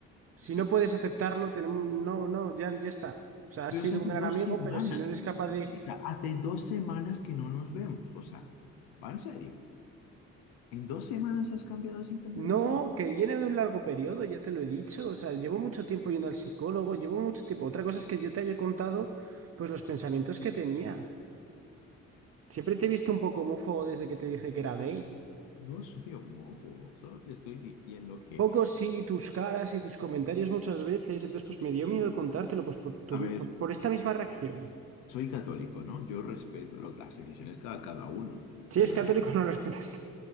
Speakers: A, on the right (about 35°); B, on the left (about 65°).
A: Si
B: es que,
A: no puedes aceptarlo, tenemos, no, no, ya, ya está. O sea, has
B: pero
A: sido
B: si hace
A: un gran
B: dos
A: amigo,
B: semanas,
A: pero si no eres capaz de...
B: chica, hace dos semanas que no nos vemos. O sea, va en serio. ¿En dos semanas has cambiado así tan de repente?
A: No, que viene de un largo periodo, ya te lo he dicho. O sea, llevo mucho tiempo yendo al psicólogo, llevo mucho tiempo. Otra cosa es que yo te haya contado, pues, los pensamientos que tenía. Siempre te he visto un poco homófobo desde que te dije que era gay.
B: No soy homófobo, solo te estoy diciendo que,
A: Poco sí, tus caras y tus comentarios muchas veces, entonces pues me dio miedo contártelo pues por, tu
B: a
A: mi-
B: ver,
A: por, por esta misma reacción.
B: soy católico, ¿no? Yo respeto lo- las decisiones cada, cada uno,
A: Si
B: pero
A: es católico
B: de ahí...
A: <laughs> no respetas,